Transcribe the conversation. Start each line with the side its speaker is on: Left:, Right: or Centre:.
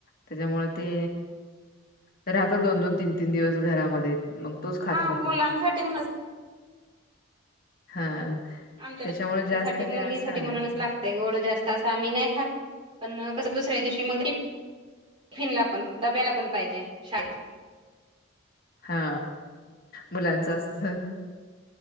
Left: त्याच्यामु ते राहता दोन दोन तीन तीन दिवस घरामध्ये मग तोच खात
Right: हा
Left: राहतो.
Right: मुलांसाठी म्हणूनच
Left: हा.
Right: आमच्या
Left: त्याच्यामुळे
Right: मुलांसाठी
Left: जास्त काही
Right: मुलीसाठी
Left: असं आणत
Right: म्हणूनच
Left: नाही.
Right: लागतंय गोड जास्त असं आम्ही नाही खात पण कसं दुसऱ्या दिवशी मग टिफन ला पण डब्याला पण पाहिजे शाळेत.
Left: हा मुलांच असत.